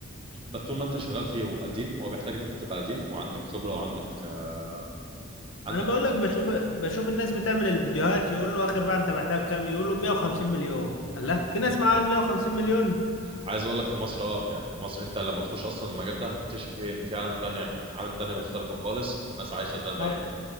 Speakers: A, on the right (about 25°); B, on the left (about 70°).
A: بس طول ما انت شغال فيه وقديم هو بيحتاج ان انت تبقى قديم وعندك خبره وعندك آه، عندك
B: انا بقول لك بشوف بشوف الناس بتعمل الفيديوهات يقول له اخر بقى انت بعتها بكام يقول له 150 مليون الله في
A: <laughs>
B: ناس معاها ال 150 مليون
A: عايز اقول لك في مصر اه يعني في مصر انت لما تخش اصلا المجال ده هتكتشف ايه ان في عالم تانية عالم تانية مختلفه خالص ناس عايشه ده
B: ما